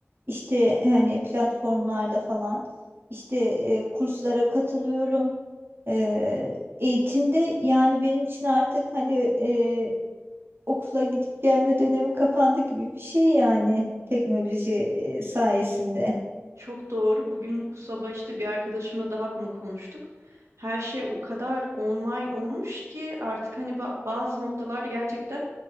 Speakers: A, on the right; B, on the right.
A: İşte hani platformlarda falan, işte eee, kurslara katılıyorum. Eee, eğitimde yani benim için artık hani eee, okula gidip gelme dönemi kapandı gibi bir şey yani teknoloji eee, sayesinde.
B: Çok doğru. Bugün bu sabah işte bir arkadaşımla daha bunu konuştuk. Her şey o kadar online olmuş ki artık hani ba- bazı noktalarda gerçekten